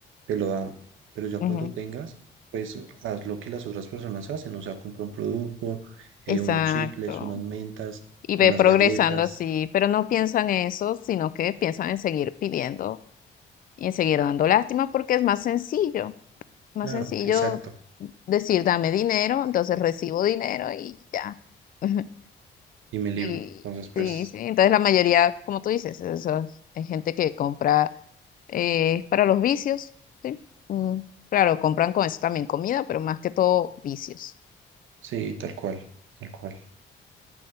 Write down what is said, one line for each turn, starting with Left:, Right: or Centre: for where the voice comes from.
Right: Te lo dan. Pero ya
Left: ujú,
Right: cuando tengas, pues haz lo que las otras personas hacen. O sea, compra un producto, eh,
Left: Exacto.
Right: unos chicles, unas mentas,
Left: Y
Right: unas
Left: ve progresando
Right: galletas.
Left: así, pero no piensan eso, sino que piensan en seguir pidiendo y en seguir dando lástima porque es más sencillo, más
Right: Claro,
Left: sencillo
Right: exacto.
Left: decir dame dinero, entonces recibo dinero y ya. <laughs>
Right: Y mi libro.
Left: Y
Right: Entonces, pues,
Left: sí, sí, entonces la mayoría, como tú dices, eso es es gente que compra eh, es para los vicios, ¿sí? Mm, claro, compran con eso también comida, pero más que todo vicios.
Right: sí, tal cual, tal cual.